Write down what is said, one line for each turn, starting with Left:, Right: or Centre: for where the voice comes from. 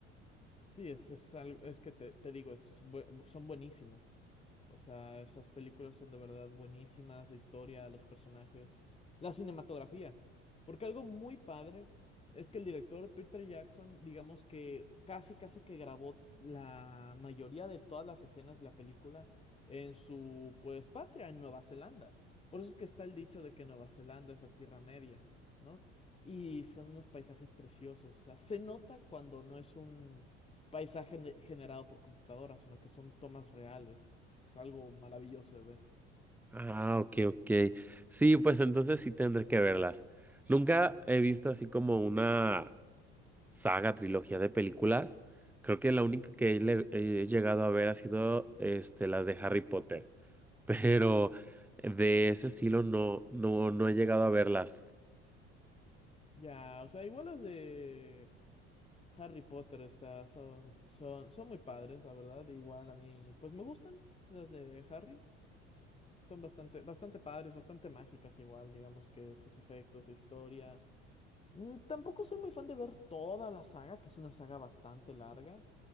Left: Sí, es, es algo, es que te, te digo, es, bu- son buenísimas. O sea, esas películas son de verdad buenísimas, la historia, los personajes, la cinematografía. Porque algo muy padre es que el director Peter Jackson, digamos que casi, casi que grabó la mayoría de todas las escenas de la película en su, pues, patria, en Nueva Zelanda. Por eso es que está el dicho de que Nueva Zelanda es la Tierra Media, ¿no? Y son unos paisajes preciosos. O sea, se nota cuando no es un paisaje ne- generado por computadora, sino que son tomas reales. Es algo maravilloso de ver.
Centre: Ah, ok, ok. Sí, pues entonces sí tendré que verlas. Nunca he visto así como una saga, trilogía de películas. Creo que la única que he, le- he llegado a ver ha sido este, las de Harry Potter. <laughs> Pero de ese estilo no, no, no he llegado a verlas.
Left: Ya, o sea, igual las de Harry Potter, o sea, son, son, son muy padres, la verdad. Igual a mí, pues me gustan las de Harry. Son bastante, bastante padres, bastante mágicas igual, digamos que sus efectos, la historia. Mm, Tampoco soy muy fan de ver toda la saga, que es una saga bastante larga.